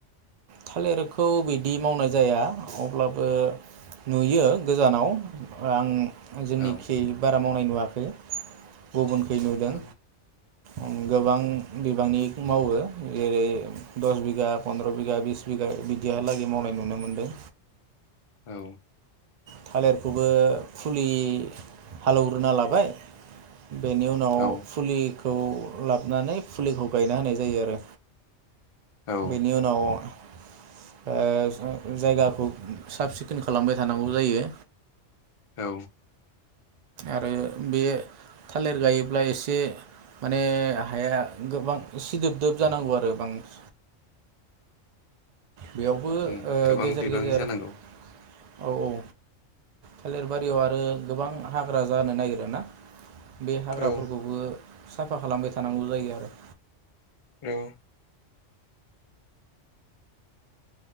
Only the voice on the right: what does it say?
थालिरखौ बिदि मावनाय जाया अब्लाबो नुयो गोजानाव आं जोंनिखि
बारा माव नुवाखै। गुबुनखै नुदों
ओम गोबां बिबांनि मावो जेरै दस बिगा फन्द्र बिगा बिस बिगा बिदिहालागै मावनाय नुनो मोनदों।
थालिरखौबो फुलि, हालौग्रोना लाबाय। बेनि उनाव
फुलि खौ लाबोनानै फुलिखौ गायना होनाय जायो आरो
बेनि उनाव ओ जायगाखौ साब सिखोन खालामबाय थानांगौ जायो।
आरो बे थालिर गायोब्ला एसे माने हाया गोबां सिदोबदोब जानांगौ आरो बांसिन बेयावबो
गेजेर
गेजेर
औ औ थालिर बारियाव आरो गोबां हाग्रा जानो नागिर ना। बे हाग्राफोरखौबो
साफा खालामबाय थानांगौ जायो आरो